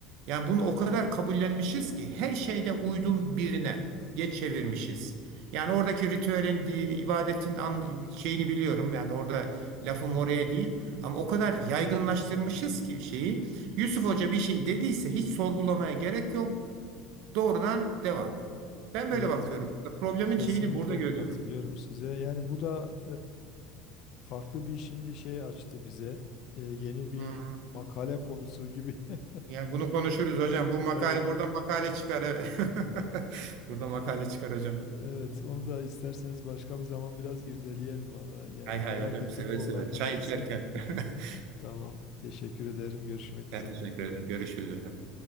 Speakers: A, on the right; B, on the left.
A: Yani bunu o kadar kabullenmişiz ki her şeyde uydum birine diye çevirmişiz. Yani oradaki ritüelin, di- ibadetin an- şeyini biliyorum. Yani orada lafım oraya değil. Ama o kadar yaygınlaştırmışız ki şeyi. Yusuf Hoca bir şey dediyse hiç sorgulamaya gerek yok. Doğrudan devam. Ben böyle
B: Evet,
A: bakıyorum. Problemin
B: kesinlikle
A: şeyini burada görüyorum.
B: katılıyorum size. Yani bu da Farklı bir şimdi şey açtı bize. E, yeni bir
A: Hı.
B: makale konusu gibi. <laughs>
A: Yani bunu konuşuruz hocam. Bu makale
B: Evet.
A: buradan makale çıkar. evet. <laughs> Burada makale
B: Y-
A: çıkar hocam.
B: Evet, onu da isterseniz başka bir zaman biraz irdeleyelim valla. Yani
A: Hay hay
B: merak
A: hocam
B: ettiğim
A: seve
B: konulardan
A: seve. Çay
B: birisi.
A: içerken. <laughs>
B: Tamam. Teşekkür ederim. Görüşmek
A: Ben
B: üzere.
A: teşekkür ederim. Görüşürüz hocam.